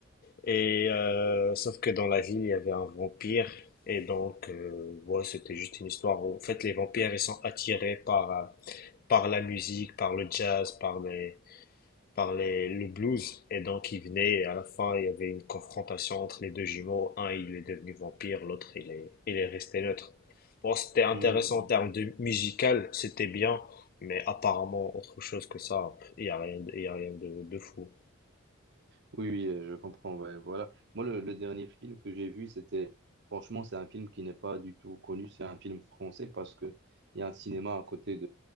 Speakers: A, on the left; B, on the right.
A: Et euh, sauf que dans la ville, il y avait un vampire. Et donc, euh, ouais, c'était juste une histoire où, en fait, les vampires, ils sont attirés par, euh, par la musique, par le jazz, par les, par les, le blues. Et donc, ils venaient, et à la fin, il y avait une confrontation entre les deux jumeaux. Un, il est devenu vampire, l'autre, il est, il est resté neutre. Bon, c'était intéressant
B: Mhm.
A: en termes de musical, c'était bien, mais apparemment, autre chose que ça, il y a rien, il y a rien de, de fou.
B: Oui, oui, euh, je comprends. ouais, voilà. Moi, le, le dernier film que j'ai vu, c'était, franchement, c'est un film qui n'est pas du tout connu. C'est un film français parce que il y a un cinéma à côté